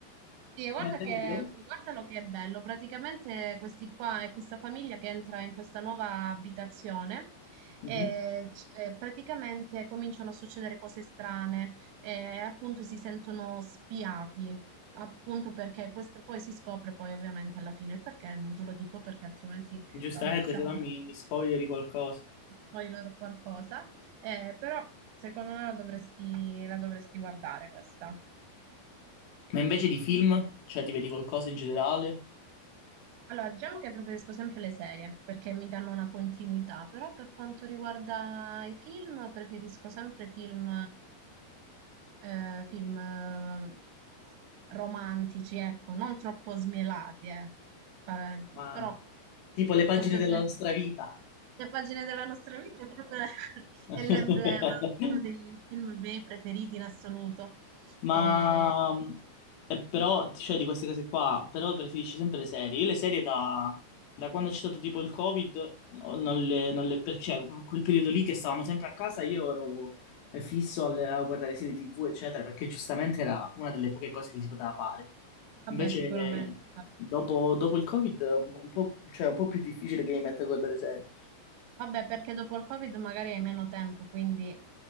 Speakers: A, on the right; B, on the left.
A: Sì, guarda
B: ma è
A: che,
B: bello?
A: guardalo che è bello. Praticamente questi qua è questa famiglia che entra in questa nuova abitazione
B: Mhm.
A: e c- eh, praticamente cominciano a succedere cose strane e appunto si sentono spiati, appunto perché questo poi si scopre poi ovviamente alla fine il perché, non te lo dico perché altrimenti
B: Giustamente,
A: insomma, <laughs> facciamo
B: se no mi, mi spoileri qualcosa.
A: spoiler o <laughs> qualcosa, Eh, però secondo me la dovresti la dovresti guardare questa.
B: Ma invece di film, cioè ti vedi qualcosa in generale?
A: Allora, diciamo che preferisco sempre le serie perché mi danno una continuità, però per quanto riguarda i film, preferisco sempre film, eh, film eh, romantici, ecco, non troppo smielati, eh. Pa-
B: Ma
A: Però
B: tipo le pagine
A: questo
B: della
A: genere,
B: nostra vita.
A: le pagine della nostra vita è proprio <laughs>
B: <laughs>
A: è l'emblema, uno dei film miei preferiti in assoluto.
B: Ma
A: Eh,
B: mh, eh, però, cioè, di queste cose qua, però preferisci sempre le serie. Io le serie da, da quando c'è stato tipo il Covid, no- non le, non le, per- cioè, quel periodo lì che stavamo sempre a casa, io ero eh, fisso al- a guardare serie TV, eccetera, perché giustamente era una delle poche cose che si poteva fare.
A: vabbè,
B: Invece,
A: sicuramente.
B: dopo, dopo il Covid, è un, po', un po' cioè, è un po' più difficile che mi metta a guardare serie.
A: Vabbè, perché dopo il Covid magari hai meno tempo, quindi